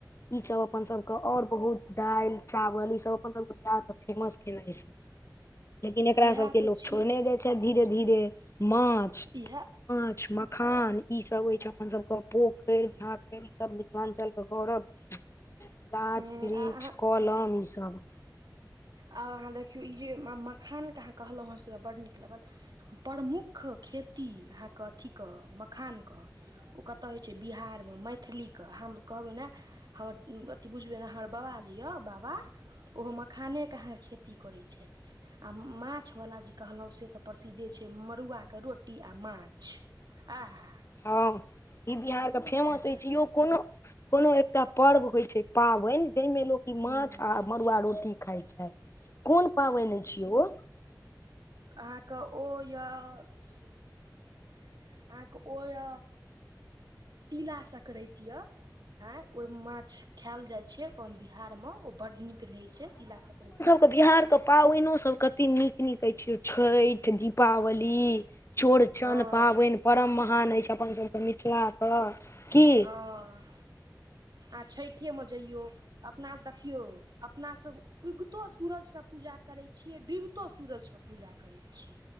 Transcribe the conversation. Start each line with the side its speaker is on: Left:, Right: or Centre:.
Left: ई सब अपन सब के आओर बहुत दालि चावल ई सब अपन सब के बिहार के फेमस खेनाइ लेकिन एकरा
Right: इएह
Left: सबके
Right: तऽ
Left: लोग
Right: छियै
Left: छोड़ने जाय धीरे धीरे माछ
Right: इएह
Left: माछ मखान ई सब होय छै अपन सब के पोखरि झाखरि ई सब मिथिलांचल तऽ गौरव छी गाछ
Right: हूँ
Left: वृक्ष
Right: आ अहाँ
Left: कलम ई सब
Right: आ अहाँ देखियौ ईहे मखानके अहाँ कहलौं हेँ से बड्ड नीक लगल प्रमुख खेती अहाँके अथीक मखानक ओ कतय होय छै बिहार मे मैथिलीक हम कहबै ने हमर अथी बुझबै ने हमर बाबा जे यऽ बाबा ओहो मखानेके अहाँके खेती करैत छथि आ माछवाला जे कहलौं से त प्रसिद्धे छै मड़ुआके रोटी आ माछ आहा हा
Left: हँ ई बिहारके फेमस
Right: जायत
Left: अछि यौ कोनो कोनो एकटा पर्व होय छै पाबनि जाहिमे लोक ई
Right: हँ
Left: माछ आब मड़ुआ रोटी खाय छथि कोन पाबनि छियै ओ
Right: अहाँक ओ य अहाँक ओ य तीला सकरैत हांय ओहि माछ खायल जाय छै अपन बिहार मे ओ बड्ड नीक रहै छै तिला सकराति म
Left: के बिहारके पाबनिओसभ कतेक नीक नीक अछि यौ छठि दीपावली चौड़चन
Right: हँ
Left: पाबनि परम महान अछि अपनसभके मिथिलाक की
Right: हँ आ छठिेमे जयौ अपना देखियौ अपना सब उगितो सूरज क पूजा करै छियै डूबितो सूरज के पूजा करै छियै